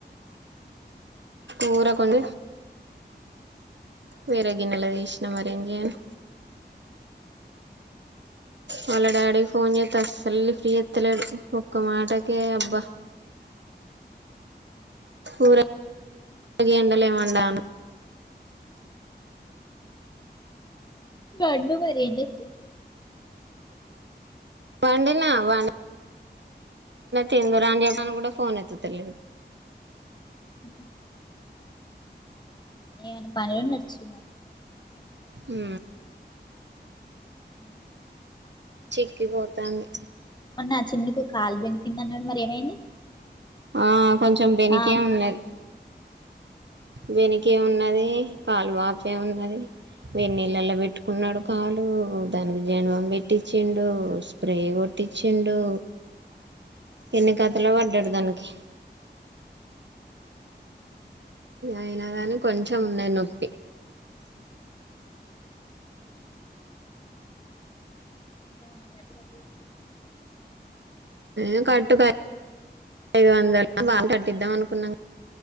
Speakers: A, on the right (about 85°); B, on the left (about 25°).
A: ఊర కొండ వేరే గిన్నెలది ఇచ్చిన మరి
B: అయ్యో
A: ఏం చేయను వాళ్ళ డాడీకి ఫోన్ చేస్త అస్సలు లిఫ్ట్ జేత్తలేడు ఒక్క మాటకే అబ్బా
B: ఎందుకు
A: ఊర ఎండల మొందా
B: వాడ్లు మరిేడి తూ
A: వండినా వా తిందురా అని జెప్పినా కూడా ఫోన్ ఎట్టుటలేదు
B: <inaudible> ఏన పనిలోడి నడుచు
A: ఉ
B: అ
A: చిక్కిపోతాను
B: మొన్న చిన్నకు కాల్ బె కింద అన్నాడు మరి ఏమైంది
A: ఆ కొంచెం వెనకే
B: ఆ
A: ఉన్నది బెనికే ఉన్నది కాలు వాపే ఉన్నది వేన్నీళ్ళల్లో పెట్టుకున్నాడు కాలు దానికి జీనబం పెట్టించిండు స్ప్రే కొట్టించిండు ఇంకా చల బడ్డడు
B: ఆ
A: దనికి అయినా గాని కొంచెం ఉన్నాయి నొప్పి
B: న్నా కట్ క
A: ఉ కట్టుకు ఐదు వందలు బాగా కట్టిద్దాం అనుకున్నాం